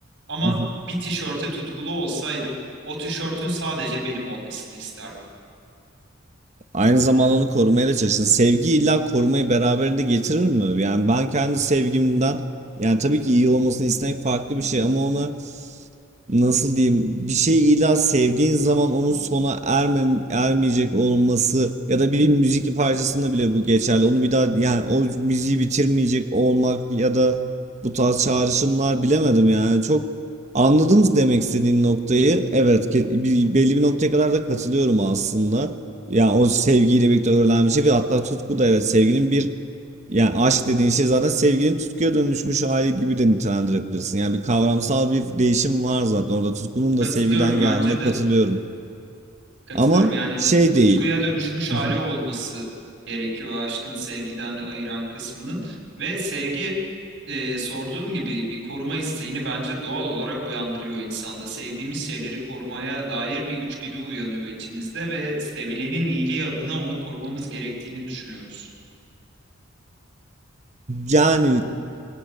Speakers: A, on the right; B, on the right.
A: Ama
B: mhm.
A: bir tişörte tutkulu olsaydım o tişörtün sadece benim olmasını isterdim.
B: Aynı zamanda onu korumaya da çalışın. Sevgi illa korumayı beraberinde getirir mi? Yani ben kendi sevgimden yani tabii ki iyi olmasını istemek farklı bir şey ama ona nasıl diyeyim bir şeyi illa sevdiğin zaman onun sona ermem ermeyecek olması ya da bir müzik parçasında bile bu geçerli. Onu bir daha yani o müziği bitirmeyecek olmak ya da bu tarz çağrışımlar bilemedim yani çok anladınız demek istediğin noktayı. Evet ke- bir, belli bir noktaya kadar da katılıyorum aslında. Yani o sevgiyle birlikte öğrenen bir şey ve hatta tutku da evet sevginin bir yani aşk dediğin şey zaten sevginin tutkuya dönüşmüş hali gibi de nitelendirebilirsin. Yani bir kavramsal bir değişim var zaten orada. Tutkunun
A: Katılıyorum
B: da sevgiden
A: bence
B: geldiğine
A: de.
B: katılıyorum.
A: Katılıyorum.
B: Ama
A: Yani
B: şey
A: tutkuya
B: değil.
A: dönüşmüş hali
B: <laughs>
A: olması gerekiyor aşkın sevgiden ayıran kısmının ve sevgi e, sorduğun gibi bir koruma isteğini bence doğal olarak uyandırıyor insanda. Sevdiğimiz şeyleri korumaya dair bir içgüdü uyanıyor içimizde ve sevilenin iyiliği adına onu korumamız gerektiğini düşünüyoruz.
B: Yani